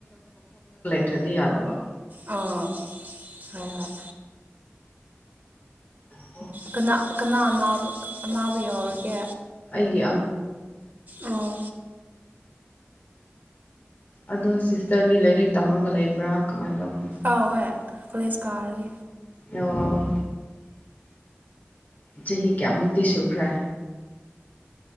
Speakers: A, on the left; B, on the right.
A: ꯗꯗꯤ ꯌꯥꯗꯕ
B: ꯑꯣ ꯍꯣꯏ ꯍꯣꯏ
A: <inaudible>
B: ꯀꯅꯥ ꯀꯅꯥ ꯑꯅꯥ ꯑꯅꯥꯕ ꯌꯥꯎꯔꯒꯦ
A: ꯑꯩꯒꯤ
B: ꯑꯣ
A: ꯑ ꯑꯗꯣ ꯁꯤꯁꯇꯔꯗꯤ ꯂꯥꯏꯔꯤꯛ ꯇꯝꯃꯒ ꯂꯩꯕ꯭ꯔꯥ ꯀꯃꯥꯏꯅ ꯇꯧꯕ
B: ꯑ ꯋꯦ ꯀꯣꯂꯦꯁ ꯀꯥꯔꯦ
A: ꯑꯣ ꯆꯍꯤ ꯀꯌꯥꯃꯨꯛꯇꯤ ꯁꯨꯈ꯭ꯔꯦ